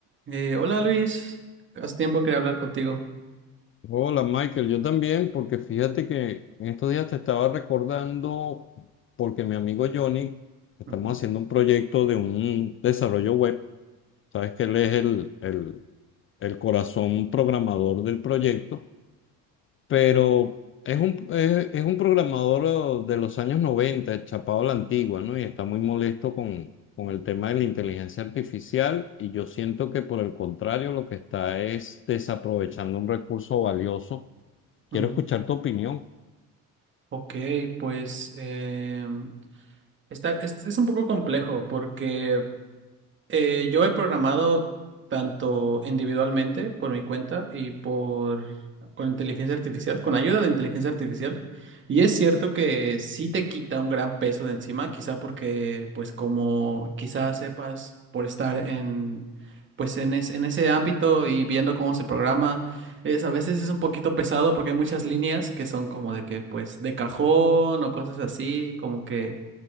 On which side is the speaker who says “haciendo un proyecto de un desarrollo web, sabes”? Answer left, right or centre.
Left